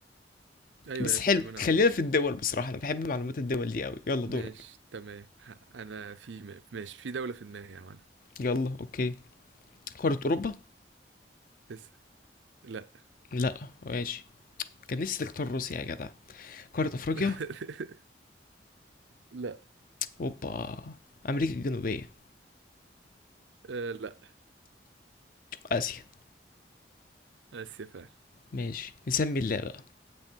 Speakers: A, on the right; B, on the left.
A: ايوه
B: بس
A: يا
B: حلو
A: فوق المانيا على
B: خلينا
A: طول
B: في الدول بصراحة أنا بحب معلومات الدول دي أوي يلا
A: ماشي
B: دورك
A: تمام ه- انا في م- ماشي في دولة في دماغي يا معلم
B: يلا أوكي قارة أوروبا
A: بس لا
B: لا ماشي كان نفسي تختار روسيا يا جدع قارة أفريقيا
A: <laughs> لا
B: اوبا أمريكا الجنوبية
A: آه لا
B: آسيا
A: اسيا فعلا
B: ماشي نسمي اللعبة